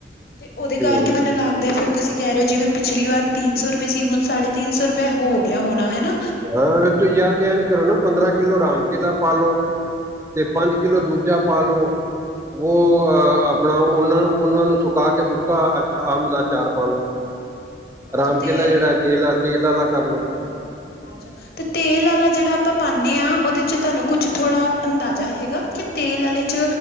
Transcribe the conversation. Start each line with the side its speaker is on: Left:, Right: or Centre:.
Left: ਤੇ ਉਹਦੇ ਕਰਕੇ
Right: ਹੂੰ
Left: ਮੈਨੂੰ ਲੱਗਦਾ ਫਿਰ ਤੁਸੀਂ ਕਹਿ ਰਹੇ ਓ ਜਿਵੇਂ ਪਿਛਲੀ ਵਾਰ ਤਿੰਨ ਸੌ ਰੁਪਏ ਸੀ ਹੁਣ ਸਾਢੇ ਤਿੰਨ ਸੌ ਰੁਪਏ ਹੋ ਗਿਆ ਹੋਣਾ ਹੈਨਾ
Right: ਹਾਂ, ਤੁਸੀਂ ਜਾਂ ਤੇ ਇੰਝ ਕਰੋ ਨਾ ਪੰਦਰਾਂ ਕਿੱਲੋ ਰਾਮ ਕੇਲਾ ਪਾ ਲੋ ਤੇ ਪੰਜ ਕਿਲੋ ਦੂਜਾ ਪਾ ਲੋ। ਵੋ ਅ ਆਪਣਾ ਉਹਨਾਂ ਨੂੰ ਉਹਨਾਂ ਨੂੰ ਸੁਕਾ ਕੇ ਸੁੱਕਾ ਅਚ ਅੰਮ ਦਾ ਅਚਾਰ ਪਾ ਲੋ।
Left: ਅੱਛਾ
Right: ਰਾਮ ਕੇਲਾ
Left: ਤੇ
Right: ਜਿਹੜਾ ਐ ਤੇਲ ਤੇਲ ਆਲਾ ਕਰਲੋ।
Left: ਅੱਛਾ। ਤੇ ਤੇਲ ਆਲਾ ਜਿਹੜਾ ਆਪਾਂ ਪਾਨੇ ਆ ਉਹਦੇ ਚ ਤੁਹਾਨੂੰ ਕੁਛ ਥੋੜ੍ਹਾ ਅੰਦਾਜ਼ਾ ਹੈਗਾ ਕਿ ਤੇਲ ਆਲੇ ਚ